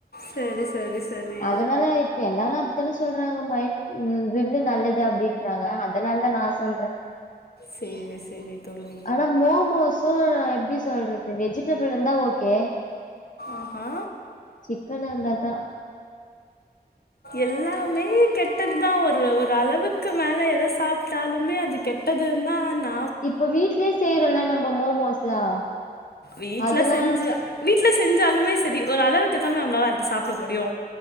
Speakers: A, on the left (about 70°); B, on the left (about 50°).
A: சரி சரி சரி
B: அதனால இப்ப எல்லாரு அப்தான சொல்றாங்க மைண் உ க்ரில்லு நல்லது அப்டின்றாங்க அதனால தா நா சா சொல்ற
A: சேரி சேரி தோழி
B: அனா மோம்மோஸ்ஸூ எப்டி சொல்றது வெஜிட் ட்ச்சப் இருந்தா ஓக்கே
A: ஆஹா
B: சிக்கன் அந்தா தா
A: எல்லாமே கெட் டது தா ஒரு ஒரு அளவுக்கு மேல எத சாப்ட்டாலுமே அது கெட்டது தா நா
B: இப்ப வீட்லயே செய்றோல நம்ப மோமோஸ்லா
A: வீட்ல
B: அதெல்லா
A: செஞ்சு வீட்ல செஞ்சால் மே செரி ஒரு அளவுக்கு தான நம்ளால அத் சாப்ட முடியு